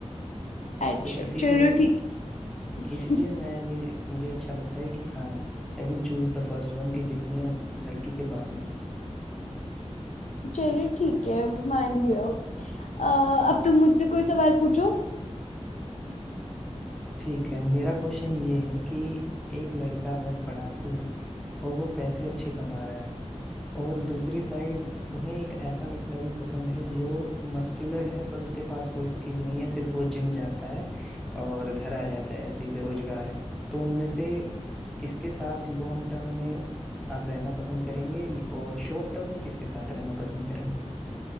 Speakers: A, on the left (about 80°); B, in the centre.
A: अच्छा
B: तो इसीलिए
A: चलो ठीक है
B: इसीलिए
A: <laughs>
B: मैं ये मुझे अच्छा लगता है कि हाँ I will choose the first one कि जिसमें लड़की के बाल नहीं
A: चलो ठीक है मान लिया अ, अब तुम मुझसे कोई सवाल पूछो
B: ठीक है मेरा क्वेश्चन ये है कि एक लड़का अगर पढ़ाकू है और वो पैसे अच्छे कमा रहा है और दूसरी साइड तुम्हें एक ऐसा लड़का भी पसंद है जो मस्कुलर है पर उसके पास कोई स्किल नहीं है सिर्फ वो जिम जाता है और घर आ जाता है ऐसे ही बेरोजगार है तो उनमें से किसके साथ लॉन्ग टर्म में आप रहना पसंद करेंगे और शॉर्ट टर्म में किसके साथ रहना पसंद करेंगे